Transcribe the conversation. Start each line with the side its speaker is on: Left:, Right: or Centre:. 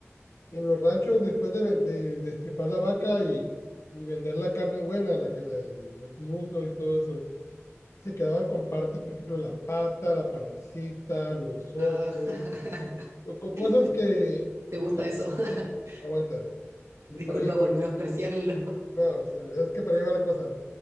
Left: En los ranchos, después de, ven- de, de destripar la vaca y, y vender la carne buena, la que la- el- los muslos y todo eso, se quedaban con partes, por ejemplo, la pata, la pancita, los ojos,
Right: Ah, <laughs>
Left: o co- cosas
Right: ¿te,
Left: que
Right: te gusta
Left: no
Right: eso? <laughs>
Left: aguantan.
Right: Disculpa
Left: Para ahí voy.
Right: por menospreciarlo. <laughs>
Left: No, pues, es que para ahí va la cosa.